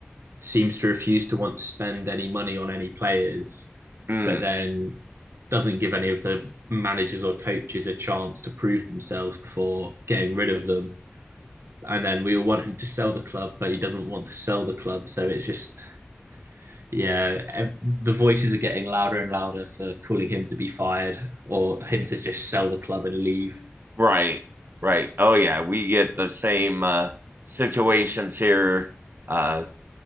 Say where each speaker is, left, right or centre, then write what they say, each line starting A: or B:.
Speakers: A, on the right; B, on the right.
A: seems to refuse to want to spend any money on any players,
B: Mm,
A: but then doesn't give any of the managers or coaches a chance to prove themselves before getting rid of them. And then we all want him to sell the club, but he doesn't want to sell the club. So it's just, yeah, the voices are getting louder and louder for calling him to be fired or him to just sell the club and leave.
B: right. Right. Oh yeah, we get the same uh, situations here uh,